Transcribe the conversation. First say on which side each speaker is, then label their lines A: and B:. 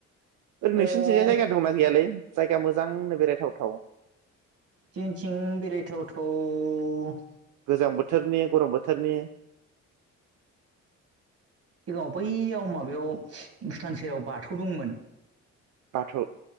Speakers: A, on the right; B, on the right.
A: ओरै नोंसिनिथिंजाय
B: ओ
A: जायगा दंना गैयालै जायगा मोजांनो बेरायथावथाव
B: जोंनिथिं बेरायथाव थाव अ
A: गोजां बोथोरनि गरम बोथोरनि
B: याव बैयाव माबायाव भुटान सेराव बाथौ दंमोन।
A: बाथौ